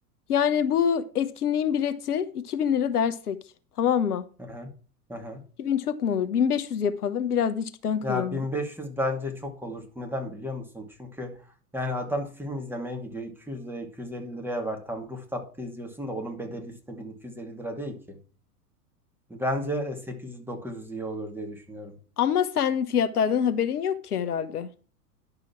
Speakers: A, on the left; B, in the centre.
A: Yani bu etkinliğin bileti 2000 lira dersek. Tamam mı?
B: hı hı, hı hı.
A: 2000 çok mu olur? 1500 yapalım. Biraz da içkiden kazanırız.
B: Ya 1500 bence çok olur. Neden biliyor musun? Çünkü yani adam film izlemeye gidiyor. 200 liraya 250 liraya var. Tam rooftop'ta izliyorsun da onun bedeli üstüne 1250 lira değil ki. Bence 800-900 iyi olur diye düşünüyorum.
A: Ama sen fiyatlardan haberin yok ki herhalde.